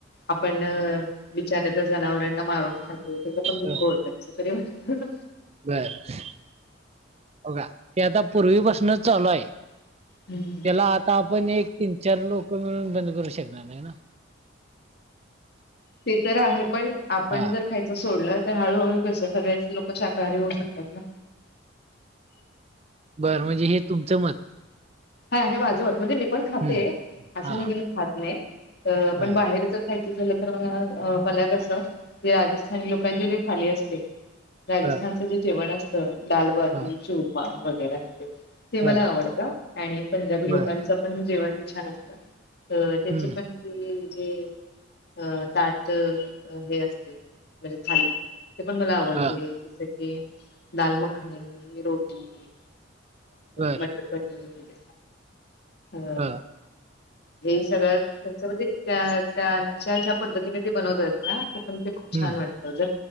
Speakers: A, on the left (about 55°); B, on the right (about 35°).
A: आपण बिचाऱ्या त्या जनावरांना मारून खातो त्याच पण दुःख
B: अ,
A: होतं कसंतरी होतं.
B: बर हो ओ का ते आता पूर्वीपसनंच चालू आहे.
A: हम्म.
B: त्याला आता आपण एक तीन चार लोक मिळून बंद करू शकणार नाही ना.
A: ते तर आहे पण आपण
B: हा
A: जर खाय च सोडलं तर हळूहळू कसं सगळेच लोक शाकाहारी होऊ शकतात ना?
B: बरं म्हणजे हे तुमचं मत!
A: आहे माझं मत म्हणजे मी पण खाते
B: हम्म
A: असं
B: हा
A: नाही की मी खात नाही. आ
B: हा
A: पण बाहेरच खायचं झालं तर मला कस राजस्थानी लोकांची जी थाली असते राजस्थान
B: ह
A: जेवण असतं दाल बाटी
B: ह
A: चूरमा वगैरा हे ते, ते मला
B: ह
A: आवडत. पंजाबी
B: बर
A: लोकांच पण जेवण छान असत त्यांचे
B: हम्म
A: पण की जे अ ताट हे असते म्हणजे थाली. ते पण मला आवडते
B: ह
A: जस की दालमखनी, रोटी
B: बर
A: मटर पनीर आ
B: ह
A: हे सगळं त्यांच म्हणजे त्या त्यांच्या ज्या पद्धतीने ते बनवतात ना ते पण ते खूप छान
B: हम्म
A: वाटत जर